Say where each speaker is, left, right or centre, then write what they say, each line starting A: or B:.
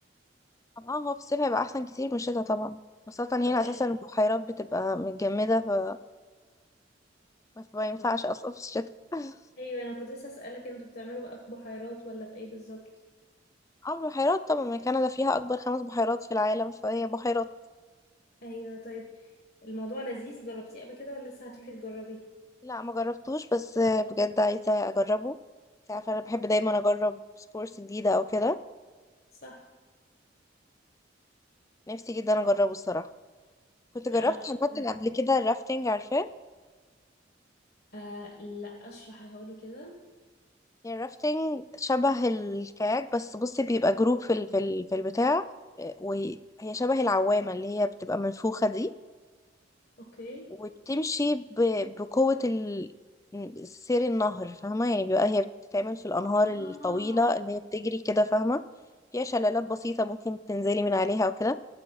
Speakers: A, on the left; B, on the left.
A: اه هو في الصيف هيبقى احسن كتير من الشتا طبعا خاصة هنا
B: طب ايه
A: اساسا البحيرات بتبقى متجمدة ف ما ينفعش
B: طب-
A: اصلا في الشتا <laughs>
B: ايوه انا كنت لسه اسالك انتوا بتعملوا بقى في بحيرات ولا في ايه بالظبط
A: اه بحيرات طبعا ما كندا فيها اكبر خمس بحيرات في العالم فهي بحيرات
B: ايوه طيب الموضوع لذيذ جربتيه قبل كده ولا لسه هتروحي تجربيه
A: لا ما جربتوش بس بجد عايزة اجربه انت عارفة انا بحب دايما اجرب سبورتس جديدة او كده
B: صح
A: نفسي جدا اجربه الصراحة كنت جربت
B: لا انا مش
A: عامة
B: فاكراها.
A: قبل كده الرافتنج عارفاه
B: آه لا اشرحيها لي كده
A: هي الرافتنج شبه الكاياك بس بصي بيبقى جروب في ال- في ال- في البتاع آه، وهي هي شبه العوامة اللي هي بتبقى منفوخة دي
B: اوكي
A: وبتمشي ب- بقوة ال- سير النهر فاهمة يعني بيبقى هي بتتعمل في الأنهار
B: اه
A: الطويلة اللي هي بتجري كده فاهمة فيها شلالات بسيطة ممكن تنزلي من عليها أو كده